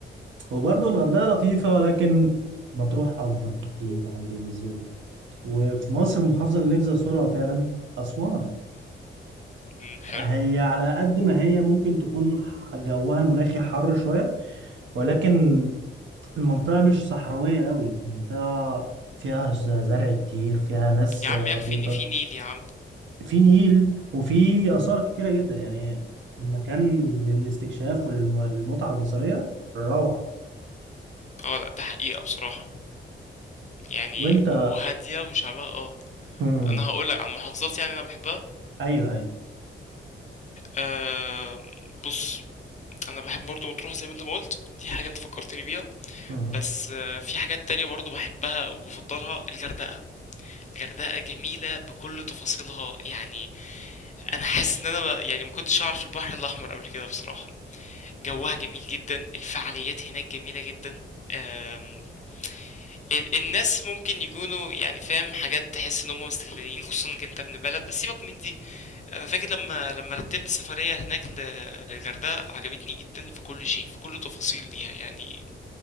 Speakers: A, on the right (about 70°); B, on the left (about 35°).
A: وبرضه الغردقه لطيفه ولكن مطروح افضل بكتير عندي بالنسبه لي وفي مصر المحافظه اللي نفسي ازورها فعلا اسوان
B: مهم. حلو
A: هي على قد ما هي ممكن تكون جوها المناخي حر شوية ولكن المنطقة مش صحراوية قوي المنطقة فيها ز- زرع كتير فيها ناس
B: يا عم
A: لطيفة
B: يكفي ان في نيل يا عم
A: في نيل وفي آثار كتيرة جدا يعني المكان للاستكشاف وللمتعة البصرية روعة
B: اه لا ده حقيقة بصراحة يعني
A: وانت
B: وهادية وشعبها اه
A: امم
B: انا هقولك عن محافظات يعني انا بحبها
A: ايوه ايوه
B: أه بص انا بحب برضو مطروح زي ما انت ما قلت دي حاجة انت فكرتني بيها
A: امم
B: بس آه، في حاجات تانية برضو بحبها وبفضلها الغردقة الغردقة جميلة بكل تفاصيلها يعني انا حاسس ان انا ما- يعني ما كنتش اعرف البحر الاحمر قبل كده بصراحة جوها جميل جدا الفعاليات هناك جميلة جدا آم، ال- الناس ممكن يكونوا يعني فاهم حاجات تحس ان هم مستغلين خصوصا انك انت ابن بلد بس سيبك من دي انا فاكر لما لما رتبت سفرية هناك ل- للغردقة عجبتني جدا في كل شيء في كل تفاصيل ليها يعني